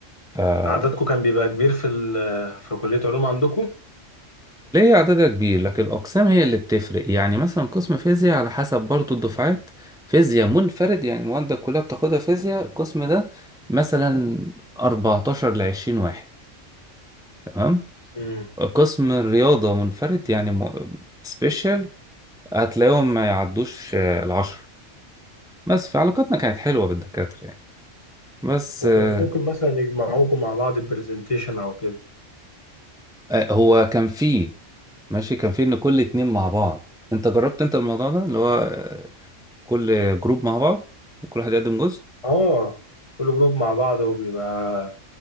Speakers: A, in the centre; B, on the left (about 25°).
A: فالكلية
B: عددكم كان بيبقى كبير في ال آه، في كلية علوم عندكم؟
A: عددها كبير لكن الأقسام هي اللي بتفرق يعني مثلا قسم فيزياء على حسب برضو الدفعات فيزياء منفرد يعني المواد كلها بتاخدها فيزياء القسم ده مثلا 14 ل 20 واحد تمام
B: مم.
A: قسم الرياضة منفرد يعني م- سبيشال هتلاقيهم ما يعدوش آه، العشرة بس فعلاقتنا كانت حلوة بالدكاترة يعني بس
B: وممكن
A: آه،
B: مثلا يجمعوكم مع بعض برزنتيشن أو كده
A: آه، هو كان فيه ماشي كان في ان كل اتنين مع بعض انت جربت انت الموضوع ده اللي هو آه، كل جروب مع بعض وكل واحد يقدم جزء
B: آه كل جروب مع بعض وبيبقى